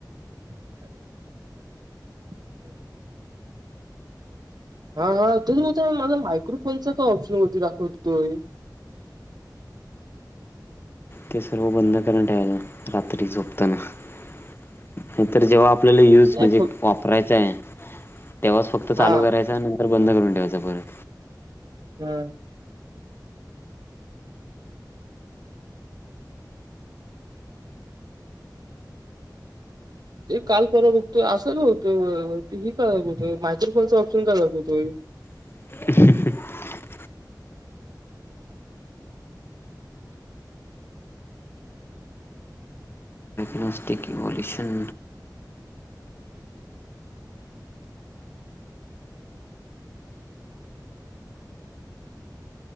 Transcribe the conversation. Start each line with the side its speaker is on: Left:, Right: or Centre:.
Right: हम्म <unintelligible> हा हा तेच म्हणतोय, माझा मायक्रोफोनचा का ऑप्शन वरती दाखवतोय.
Left: ते सर्व बंद करून ठेवायला रात्री झोप त न नाहीतर जेव्हा आपल्याला युज
Right: नाही
Left: म्हणजे
Right: फक्त
Left: वापरायचा आहे. तेव्हाच फक्त
Right: हा
Left: चालू करायच नंतर बंद करून त्याच्या परत.
Right: का ते काल पररा बघतोय असं होत. ह काय दाखवतोय मायक्रोफोनचा ऑप्शन काय दाखवतोय.
Left: <unintelligible> प्लास्टिक इ व्होल्यूशन.